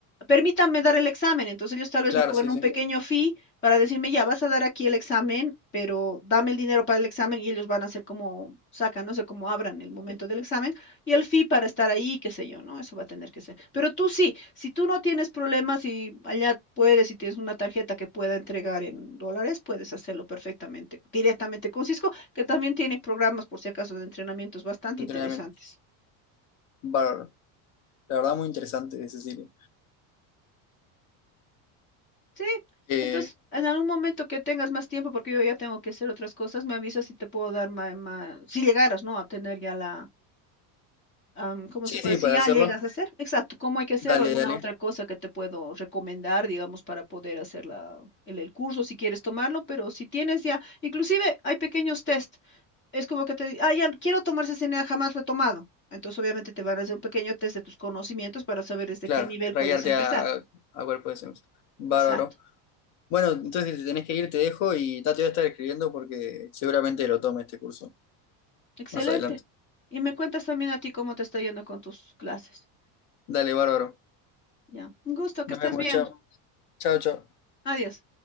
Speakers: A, on the left (about 25°); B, on the left (about 45°).
A: permítanme dar el examen. Entonces, ellos tal vez
B: Claro,
A: me cobran
B: sí,
A: un
B: sí,
A: pequeño
B: de
A: fee para decirme, ya, vas a dar aquí el examen, pero dame el dinero para el examen y ellos van a hacer como sacan, no sé cómo abran el momento del examen y el fee para estar ahí, qué sé yo, ¿no? Eso va a tener que ser. Pero tú sí, si tú no tienes problemas y allá puedes, si tienes una tarjeta que pueda entregar en dólares, puedes hacerlo perfectamente, directamente con Cisco que también tiene programas, por si acaso, de entrenamientos bastante
B: entrenamiento.
A: interesantes.
B: Bárbaro. La verdad, muy interesante, Cecilia.
A: Sí,
B: Eh,
A: entonces, en algún momento que tengas más tiempo, porque yo ya tengo que hacer otras cosas, me avisas si te puedo dar más, si llegaras, ¿no? A tener ya la, am, ¿cómo
B: sí,
A: se puede?
B: sí,
A: Si
B: para
A: ya
B: hacerlo.
A: llegas a hacer, exacto, cómo hay que hacer
B: Dale,
A: o alguna
B: dale.
A: otra cosa que te puedo recomendar, digamos, para poder hacer la, el, el curso, si quieres tomarlo, pero si tienes ya, inclusive hay pequeños test Es como que te digan, ah, ya no, quiero tomar CCNA, jamás lo he tomado. Entonces, obviamente, te van a hacer un pequeño test de tus conocimientos para saber desde
B: Claro,
A: qué nivel
B: rayarte
A: puedes empezar.
B: a, a, a cuerpo de Sims. Bárbaro.
A: Exacto.
B: Bueno, entonces si te tenés que ir, te dejo y ya te voy a estar escribiendo porque seguramente lo tome este curso
A: Excelente.
B: más adelante.
A: Y me cuentas también a ti cómo te está yendo con tus clases.
B: Dale, bárbaro.
A: Ya. Un gusto, que
B: Nos
A: estés
B: vemos,
A: bien.
B: chao. Chao, chao.
A: Adiós.